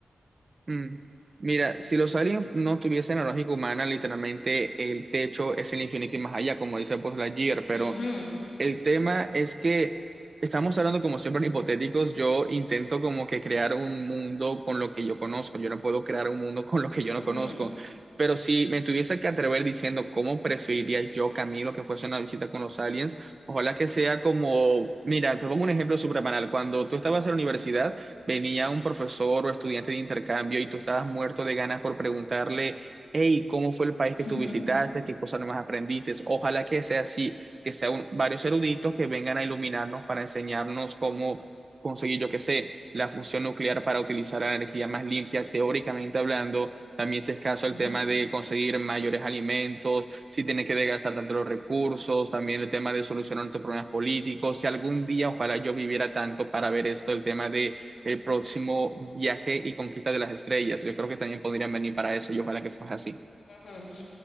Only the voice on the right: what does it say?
Mm. Mira, si los aliens no tuviesen la lógica humana, literalmente el techo es el infinito y más allá, como dice pues Lightyear, pero
El tema es que estamos hablando como siempre en hipotéticos. Yo intento como que crear un mundo con lo que yo conozco. Yo no puedo crear un mundo <laughs> con lo que yo no
conozco. Pero si me tuviese que atrever diciendo cómo preferiría yo, Camilo, que fuese una visita con los aliens, ojalá que sea como, mira, te pongo un ejemplo súper banal. Cuando tú estabas en la universidad, venía un profesor o estudiante de intercambio y tú estabas muerto de ganas por preguntarle, hey, ¿cómo fue el país que
tú visitaste? ¿Qué cosas nomás aprendiste? Ojalá que sea así que sean varios eruditos que vengan a iluminarnos para enseñarnos cómo conseguir, yo qué sé, la fusión nuclear para utilizar la energía más limpia, teóricamente hablando. También si es caso
el tema de conseguir mayores alimentos, si tienes que desgastar tanto los recursos, también el tema de solucionar tus problemas políticos. Si algún día, ojalá yo viviera tanto para ver esto, el tema de el próximo viaje y conquista de las estrellas. Yo creo que también podrían venir para eso y ojalá que fuese así.